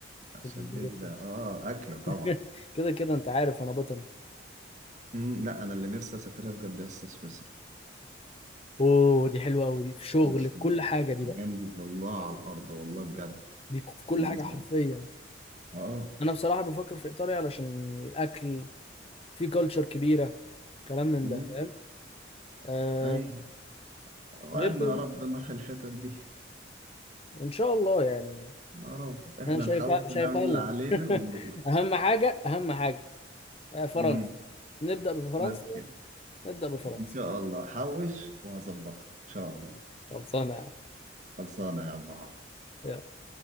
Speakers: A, on the right; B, on the left.
A: شديد
B: والباجيت.
A: ده اه اكل طبعا
B: <laughs> كده كده انت عارف انا بطل
A: مم. لا انا اللي نفسي اسافرها بجد يا اسطى سويسرا
B: اوه دي حلوه قوي دي في شغل
A: سويسرا
B: في كل حاجه دي
A: جنة
B: بقى
A: الله على الارض والله بجد
B: دي في كل
A: بالنسبه
B: حاجه حرفيا
A: لي اه
B: انا بصراحه بفكر في ايطاليا علشان الاكل في كلتشر كبيره كلام من
A: مم.
B: ده فاهم آه
A: ايوه وعدنا
B: غير كده
A: يا رب نروح الحتت دي
B: ان شاء الله يعني
A: يا رب احنا
B: انا شايفها
A: نحاول
B: شايفها
A: نعمل اللي
B: لنا
A: علينا
B: <laughs>
A: ونروح
B: اهم حاجه اهم حاجه آه، فرنسا
A: مم.
B: نبدأ بفرنسا
A: بس كده
B: نبدأ بفرنسا
A: ان شاء الله حوش وهظبطك ان شاء الله
B: خلصانة يا عم
A: خلصانه يا عم عمرو.
B: يلا.